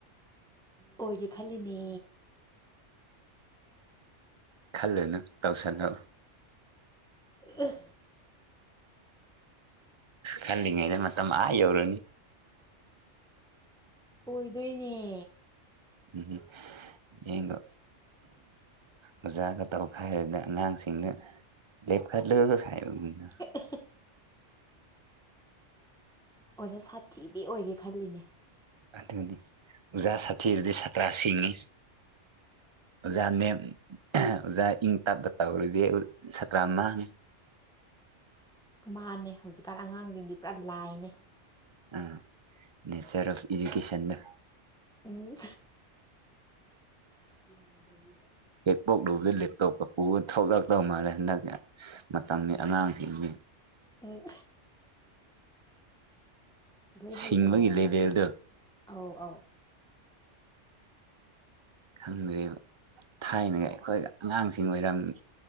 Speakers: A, in the centre; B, on the right (about 30°).
A: ꯑꯣꯏꯒꯦ ꯈꯜꯂꯤꯅꯦ
B: ꯈꯜꯂꯅ ꯇꯥꯎꯁꯅ
A: ꯑ
B: ꯈꯜꯂꯤꯉꯩꯗ ꯃꯇꯝ ꯑꯥ ꯌꯧꯔꯨꯅꯤ
A: ꯑꯣꯏꯗꯣꯏꯅꯦ
B: ꯎꯝ ꯌꯦꯡꯒ ꯑꯣꯖꯒ ꯇꯧ ꯈꯔꯗ ꯑꯉꯥꯡꯁꯤꯡꯗ ꯂꯦꯞꯈꯠꯂꯨ ꯍꯥꯏꯕꯒꯨꯝꯗ
A: ꯍ ꯑꯣꯖꯥ ꯁꯥꯊꯤꯕꯤ ꯑꯣꯏꯒꯦ ꯈꯜꯂꯤꯅꯦ
B: ꯑꯗꯨꯅꯤ ꯑꯣꯖꯥ ꯁꯥꯇꯤꯗꯤ ꯁꯥꯇ꯭ꯔꯥ ꯁꯦꯉꯤ ꯖꯅꯦ ꯑꯣꯖꯥ ꯏꯪ ꯇꯞꯇꯞ ꯇꯧꯔꯗꯤ ꯑꯩ ꯁꯥꯇ꯭ꯔꯥ ꯃꯥꯡꯉꯦ
A: ꯃꯥꯟꯅꯩ ꯍꯧꯖꯤꯛꯀꯥꯟ ꯑꯉꯥꯡꯁꯤꯡꯗꯤ ꯄꯨꯔꯥ ꯂꯥꯏꯅꯦ
B: ꯑ ꯅꯦꯆꯔ ꯑꯣꯐ ꯏꯖꯨꯀꯦꯁꯟ ꯍ
A: ꯎꯝ ꯌꯥ ꯑꯗꯨ
B: ꯍꯦꯛ ꯄꯣꯛꯂꯨꯕꯗ ꯂꯦꯞꯇꯣꯞꯇ ꯄꯨꯕ ꯊꯣꯛꯧꯂꯛꯇꯧ ꯃꯥꯜꯂꯦ ꯍꯟꯗꯛꯀꯤ ꯃꯇꯝꯒꯤ ꯑꯉꯥꯡꯁꯤꯡꯁꯤ
A: ꯎꯝ ꯂꯣꯏ
B: ꯁꯤꯡꯕꯒꯤ
A: ꯍꯩꯕꯅꯦꯕ
B: ꯂꯦꯚꯦꯜꯗꯣ
A: ꯃꯣꯏꯗꯣ ꯑꯧ ꯑꯧ
B: ꯈꯪꯗ꯭ꯔꯤꯕ ꯊꯥꯏꯅꯒ ꯑꯩꯈꯣꯏꯒ ꯑꯉꯥꯡꯁꯤꯡ ꯑꯣꯏꯔꯝꯃꯤ